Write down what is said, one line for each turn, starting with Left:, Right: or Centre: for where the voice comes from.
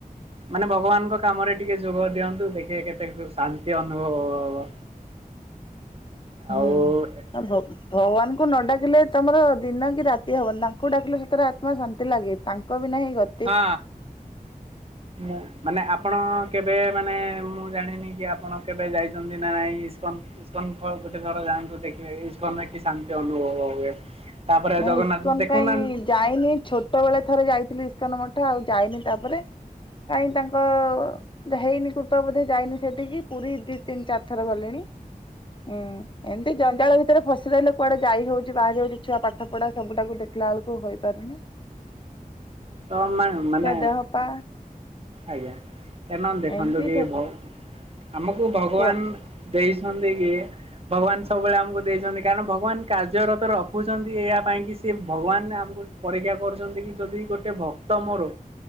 Right: ମାନେ ଭଗବାନଙ୍କ କାମରେ ଟିକେ ଯୋଗ ଦିଅନ୍ତୁ ଦେଖିବେ କେତେ ଶାନ୍ତି ଅନୁଭବ ହ ହବ।
Left: ହୁଁ।
Right: ଆଉ
Left: ଆ <unintelligible> ଭଗବାନଙ୍କୁ ନ ଡାକିଲେ ତମର ଦିନ କି ରାତି ହବନି ତାଙ୍କୁ ଡାକିଲେ ସେଥିରେ ଆତ୍ମା ଶାନ୍ତି ଲାଗେ ତାଙ୍କ ବିନା ହିଁ ଗ
Right: ହଁ। ମୁଁ ମାନେ ଆପଣ କେବେ ମାନେ ମୁଁ ଜାଣିନି କି ଆପଣ କେବେ ଯାଇ ଛନ୍ତି ନା ନାଇଁ ଇସ୍କନ୍ ଈସ୍କନ ଥ ଗୋଟେ ଥର ଯାଆନ୍ତୁ ଦେଖିବେ ଈସ୍କନରେ କି ଶାନ୍ତି ଅନୁଭବ ବ ହୁଏ। ତାପରେ
Left: ନାଇଁ
Right: ଜଗନ୍ନାଥ
Left: ଇସ୍କନ
Right: ଦେଖୁନାଆ
Left: କାଇଁ ଯାଇନି ଛୋଟ ବେଳେ ଥରେ ଯାଇଥିଲି ଇସ୍କନ ମଠ ଆଉ ଯାଇନି ତାପରେ କାହିଁ ତାଙ୍କ ହେଇନି କୃପା ବୋଧେ ଯାଇନି ସେଠିକି ପୁରୀ ଦି ତିନି ଚାରି ଥର ଗଲିଣି। ହୁଁ ଏମିତି ଜଞ୍ଜାଳ ଭିତରେ ଫସିି ରହଲେ କୁଆଡେ ଯାଇ ହଉଛି ବାହାରି ହଉଛି ଛୁଆ ପା ପାଠ ପଢା ସବୁଟାକୁ ଦେଖିଲା ବେଳକୁ ହୋଇପାରୁନି।
Right: ତ ମା ମାନେ
Left: ଦେହ ପା
Right: ଆଜ୍ଞା କାରଣ ଦେଖନ୍ତୁ
Left: ଏମିତି
Right: କି ଭ ଆମକୁ ଭଗବାନ
Left: କୁହ
Right: ଦେଇଛନ୍ତି କି ଭଗବାନ ସବୁବେଳେ ଆମକୁ ଦେଇଛନ୍ତି କାରଣ ଭଗବାନ କାର୍ଯ୍ୟରତ ର ଦେଖୁଛନ୍ତି ଏହା ପାଇଁ କି ସେ ଭଗବାନ ଆମକୁ ପରୀକ୍ଷା କରୁଛନ୍ତି କି ଯଦି ଗୋଟେ ଭକ୍ତ ମୋର